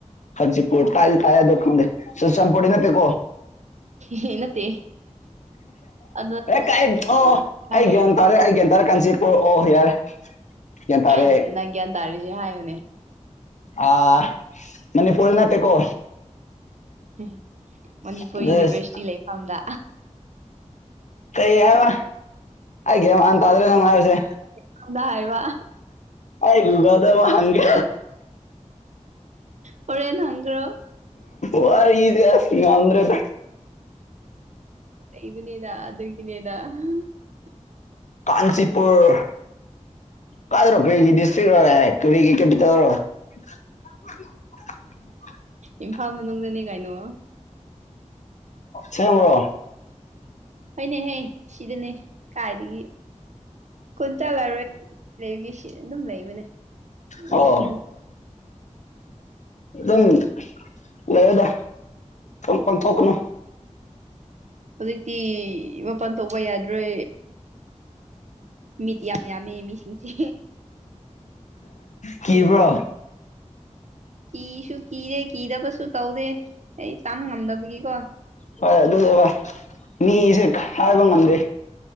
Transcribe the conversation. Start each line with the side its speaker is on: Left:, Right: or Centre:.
Left: ꯀꯥꯟꯆꯤꯄꯨꯔ ꯇ ꯑꯗꯗꯨꯀꯥꯟꯗꯦ ꯁꯁꯝ ꯄ ꯅꯠꯇꯦ ꯀꯣ
Right: ꯌꯦ ꯅꯠꯇꯦ ꯑꯗꯨ
Left: ꯀ ꯑꯣ
Right: ꯅꯪ
Left: ꯑꯩ
Right: ꯂꯩ
Left: ꯒ꯭ꯌꯥꯟ ꯇꯥꯔꯦ ꯑꯩ ꯒꯌꯥꯟ ꯇꯥꯔꯦ ꯀꯥꯟꯆꯤꯄꯨꯔ ꯑꯣ ꯌꯥꯔꯦ <unintelligible>
Right: ꯀꯥꯏꯗꯅ
Left: ꯇꯥꯔꯦ
Right: ꯅꯪ ꯒ꯭ꯌꯥꯟ ꯇꯥꯔꯤꯁꯦ ꯍꯥꯏꯌꯨꯅꯦ
Left: ꯑꯥ ꯃꯅꯤ ꯐꯨꯜ ꯅ ꯇ ꯀꯣ
Right: ꯎꯔꯤ <unintelligible> ꯃꯅꯤꯄꯨꯔ
Left: ꯑꯁ
Right: ꯌꯨꯅꯤꯚꯔꯁꯤꯇꯤ ꯂꯩꯐꯝꯗ
Left: ꯀꯩ ꯍꯥꯏ ꯍꯥꯏꯦ ꯑꯇꯗ꯭ꯔꯦ ꯅꯪ ꯌꯎꯁꯦ
Right: ꯀꯗꯥꯑ ꯋꯥ
Left: ꯨꯑꯩ ꯒꯨꯒꯜꯗꯥ ꯑꯃꯨꯛ ꯍꯥꯪꯒꯦ
Right: ꯄꯨꯔꯦ ꯍꯟꯒ꯭ꯔꯣ
Left: ꯋꯥꯔ ꯏꯗꯤꯌꯥꯁꯗ꯭ꯔꯦꯗ
Right: ꯂꯩꯕꯅꯦꯗ <unintelligible>
Left: ꯀꯥꯟꯆꯤꯄꯨꯔ ꯀꯥꯏꯗ꯭ꯔꯣ ꯀꯔꯤꯒꯤ ꯗꯤꯁꯇ꯭ꯔꯤꯛ ꯔꯦ ꯀꯔꯤꯒꯤ ꯀꯦꯄꯤꯇꯦꯜ ꯑꯣꯏꯣ <unintelligible>
Right: ꯏꯝꯐꯥꯜ ꯃꯅꯨꯡꯗꯅꯤ ꯀꯥꯏꯅꯣ
Left: ꯁꯦꯝꯕ
Right: ꯍꯣꯏꯅꯦꯍꯌꯦ ꯁꯤꯗꯅꯦ ꯀꯥꯏꯗꯒꯤ ꯀꯨꯟ ꯆꯥꯂꯔꯣꯏ ꯂꯩꯒꯤ ꯁꯤꯗ ꯑꯗꯨꯝ ꯂꯩꯕꯅꯦ ꯂꯩꯈꯤ
Left: ꯑꯣ ꯑꯗꯨ ꯑꯗꯨꯝ ꯂꯣꯏꯗ ꯄꯥꯡꯊꯣꯛ ꯀ
Right: ꯍꯧꯖꯤꯛꯇꯤ ꯃꯄꯥꯟ ꯊꯣꯛꯄ ꯌꯥꯗ꯭ꯔꯦ ꯃꯤꯇ ꯌꯥꯝ ꯌꯝꯃꯦ ꯃꯤꯁꯤꯁꯤ
Left: ꯀꯤ ꯄꯣ
Right: ꯀꯁꯨ ꯀꯔꯦ ꯀꯤꯗꯕꯁꯨ ꯇꯧꯗꯦ ꯑꯩ ꯇꯝ ꯉꯝꯗꯕꯒꯤꯀꯣ
Left: ꯍꯣꯏ ꯑꯗꯨꯅꯦꯚ ꯃꯤꯁꯦ ꯍꯥꯏꯕ ꯉꯝꯗꯦ